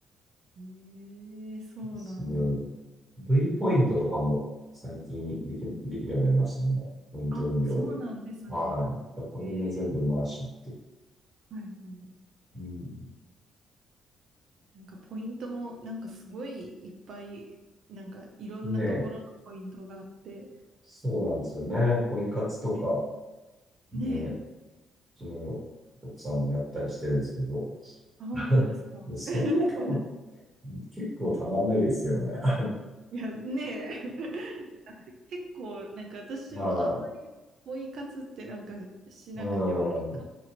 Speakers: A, on the right (about 65°); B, on the right (about 25°).
A: い。ええ、そうなんだ。
B: ですね。V ポイントとかも最近でき、できるようになりましたね。ポイント運用で。
A: あ、そうなんですね。
B: はい。これも全部回しちゃって。
A: ええ。はいはいはい。
B: うん。
A: なんかポイントも、なんかすごいいっぱい、なんかいろんなところのポイントがあって、
B: ねえ、そうなんですよね。ポイ活とか、
A: ね。
B: ね、
A: ねえ、
B: うちの奥さんもやったりしてるんですけど、
A: あ、本当ですか。
B: <laughs> でそんなたま、
A: <laughs>
B: 結構たまんないですよね。<laughs>
A: いや、ねえ、<laughs> 結構、なんか私はあんまりポイ活ってなんかしなくて、
B: まあ、う
A: 割
B: ん、